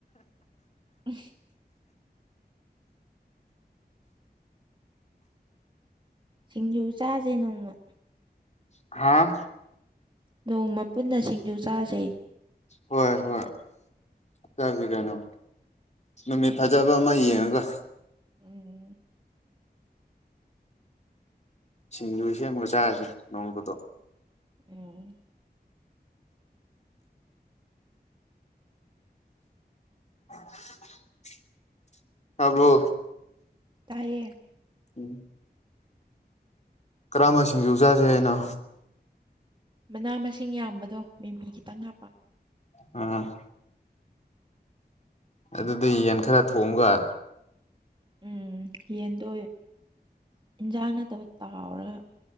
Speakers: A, on the right (about 25°); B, on the left (about 40°).
A: <unintelligible> ꯁꯤꯡꯖꯨ ꯆꯥꯁꯦ ꯅꯣꯡꯃ
B: ꯍꯥꯥ
A: ꯅꯣꯡꯃ ꯄꯨꯟꯅ ꯁꯤꯡꯖꯨ ꯆꯥꯁꯦ
B: ꯍꯣꯏ ꯍꯣꯏ ꯆꯥꯁ‌ꯦ ꯀꯩꯅꯣ ꯅꯨꯃꯤꯠ ꯐꯖꯕ ꯑꯃꯥ ꯌꯦꯡꯉꯒ
A: ꯎꯝ
B: ꯁꯤꯡꯖꯨ ꯁꯦꯝꯃꯒ ꯆꯥꯔꯁꯦ ꯅꯣꯡꯃꯗꯣ
A: ꯎꯝ
B: <inaudible> ꯇꯕ꯭ꯔꯣ
A: ꯇꯥꯏꯌꯦ
B: ꯎꯝ ꯀꯔꯝꯕꯁꯤꯡꯖꯨ ꯆꯥꯁꯦ ꯍꯥꯏꯅꯣ
A: ꯃꯅꯥ ꯃꯁꯤꯡ ꯌꯥꯝꯕꯗꯣ ꯃꯤꯃꯤ ꯈꯤꯇꯪ ꯍꯥꯞꯄ
B: ꯑꯝ ꯑꯗꯨꯗꯤ ꯌꯦꯟ ꯈꯔ ꯊꯣꯡꯑꯒ
A: ꯎꯝ ꯌꯦꯟꯗꯣ ꯏꯟꯁꯥꯡ ꯅꯠꯇꯕ ꯇꯥꯎꯔꯒ